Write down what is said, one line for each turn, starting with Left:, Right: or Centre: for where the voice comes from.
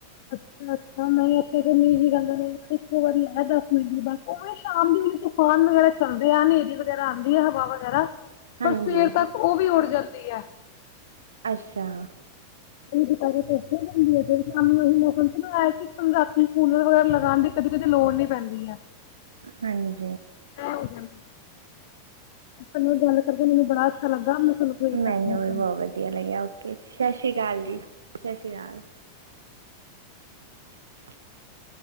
Left: ਅੱਛਾ ਅੱਛਾ ਨਹੀਂ ਇੱਥੇ ਮੀਂ ਹੀ ਕਹਿੰਦਾ ਨੇ ਇੱਕੋ ਵਾਰੀ ਆਇ ਦਸ ਮਿੰਟ ਦੀ ਬਸ ਉਵੇਂ ਸ਼ਾਮ ਦੀ ਤੂਫਾਨ ਵਗੈਰਾ ਚੱਲਦੇ ਆਦੇ ਵਗੈਰਾ ਆਉਂਦੀ ਹੈ ਹਵਾ ਵਗੈਰਾ
Right: ਹਾਂਜੀ
Left: ਪਰ ਸਵੇਰ ਤੱਕ ਉਹ ਵੀ ਉੱਡ ਜਾਂਦੀ ਹੈ
Right: ਅੱਛਾ
Left: ਦੁਪ ਜਾਂਦੀ ਹੈ ਫਿਰ ਸ਼ਾਮ ਉਹੀ ਮੌਸਮ ਚਇ ਕਿ ਰਾਤੀ ਕੂਨਰ ਵਗੈਰਾ ਲਗਾਉਣ ਦੀ ਕਦੀ ਕਦੀ ਲੋੜ ਨੀ ਪੈਂਦੀ ਹੈ
Right: ਹਾਂਜੀ
Left: ਠੀਕ ਹੈ ਤ ਗੱਲ ਕਰਕੇ ਮੈਨੂੰ ਬੜਾ ਅੱਛਾ ਲੱਗਾ ਤੁਹਾਨੂੰ ਫੇਰ
Right: ਮੈਨੂੰ
Left: ਕਰਦੀ ਆ
Right: ਵੀ
Left: ਫੋਨ।
Right: ਬਹੁਤ ਵਧੀਆ ਲੱਗਿਆ ਓਕੇ ਸਤਿ ਸ਼੍ਰੀ ਅਕਾਲ ਜੀ ਸਤਿ ਸ਼੍ਰੀ ਅਕਾਲ <inaudible>